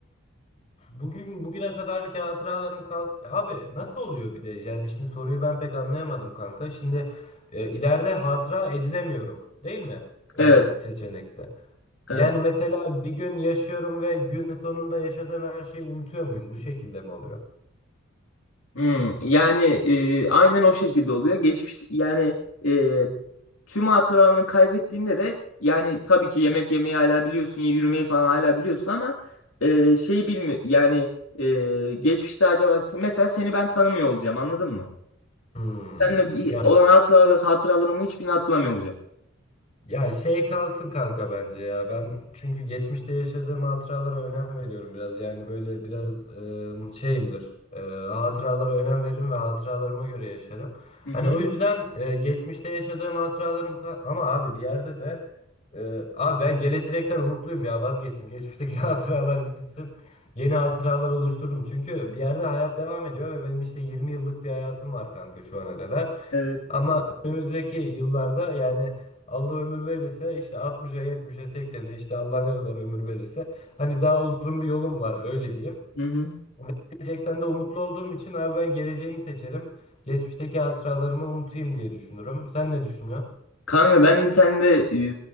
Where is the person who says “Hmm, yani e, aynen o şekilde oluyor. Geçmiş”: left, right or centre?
Left